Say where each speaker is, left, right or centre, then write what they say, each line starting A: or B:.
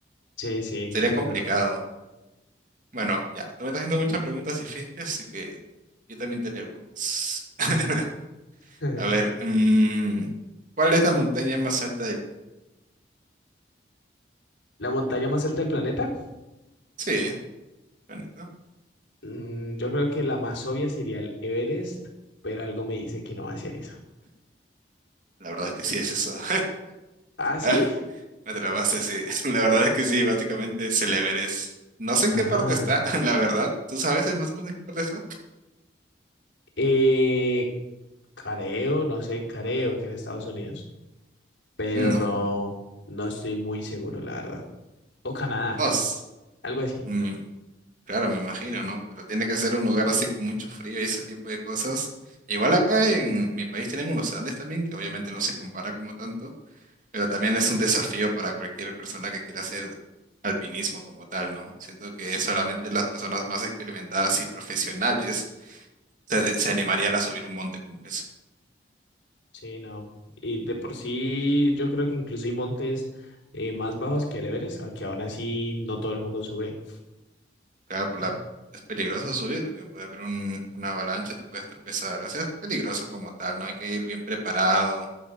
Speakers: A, on the left; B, on the right.
A: Sí, sí,
B: Sería
A: es
B: complicado.
A: verdad.
B: Bueno, ya, tú me estás haciendo muchas preguntas difíciles, así que yo también te haré algunas. <laughs>
A: <laughs>
B: A ver, mm, ¿cuál es la montaña más alta del... mundo?
A: ¿La montaña más alta del planeta?
B: Sí, la neta.
A: Mm, yo creo que la más obvia sería el Everest, pero algo me dice que no va a ser eso.
B: La verdad es que sí es esa.
A: ¿Ah, sí?
B: <laughs> Me atrapaste, sí. <laughs> La verdad es que sí, básicamente es el Everest. No sé
A: Ah,
B: en qué parte está, <laughs> la verdad. ¿Tú sabes eh, más o menos en qué parte está?
A: eh, Creo, no sé, creo que en Estados Unidos, pero
B: No,
A: no, no estoy muy seguro, la verdad. O Canadá,
B: no. s-
A: algo así.
B: mm, claro, me imagino, ¿no? Pero tiene que ser un lugar así con mucho frío y ese tipo de cosas. Igual acá en mi país tenemos los Andes también, que obviamente no se compara como tanto, pero también es un desafío para cualquier persona que quiera hacer alpinismo como tal, ¿no? Siento que solamente las personas más experimentadas y profesionales se, de- se animarían a subir un monte como ese.
A: Sí, no. Y de por sí, yo creo que incluso hay montes eh, más bajos que el Everest, a que aún así no todo el mundo sube.
B: Claro, por
A: Eh,
B: la- es peligroso subir, que puede haber un- una avalancha, te puedes tropezar. O sea, es peligroso como tal, ¿no? Hay que ir bien preparado